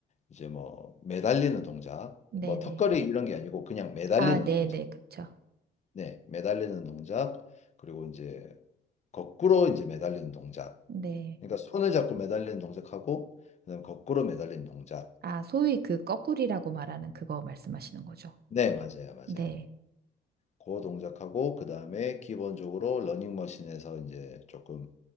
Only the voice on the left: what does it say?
이제 뭐 매달리는 동작
뭐 턱걸이 이런 게 아니고 그냥 매달리는
동작.
네, 매달리는 동작 그리고 이제 거꾸로 이제 매달리는 동작.
그러니까 손을 잡고 매달리는 동작하고 그다음에 거꾸로 매달리는 동작.
네, 맞아요, 맞아요.
그 동작하고 그다음에 기본적으로 러닝머신에서 이제 조금